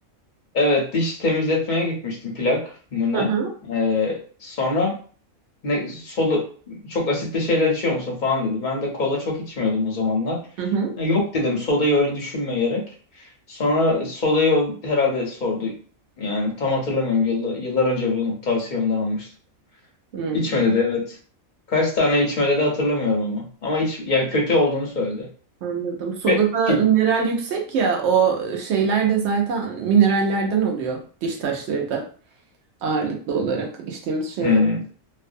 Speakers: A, on the left; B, on the right.
A: Evet diş temizletmeye gitmiştim plak mı
B: Hı
A: ne?
B: hı.
A: Ee, sonra ne soda çok asitli şeyler içiyor musun falan dedi. Ben de kola çok içmiyordum o zamanlar.
B: Hı hı.
A: Ya, yok dedim sodayı öyle düşünmeyerek. Sonra sodayı o herhalde sordu. Yani tam hatırlamıyorum yıllar, yıllar önce bunu tavsiyemden almıştım.
B: Hı,
A: İçme dedi evet. Kaç tane içme dedi hatırlamıyorum ama. Ama iç, yani kötü olduğunu söyledi.
B: anladım. Sodada
A: Pipet, pip,
B: mineral yüksek ya o şeyler de zaten minerallerden oluyor diş taşları da ağırlıklı olarak içtiğimiz şeyler.
A: hmm.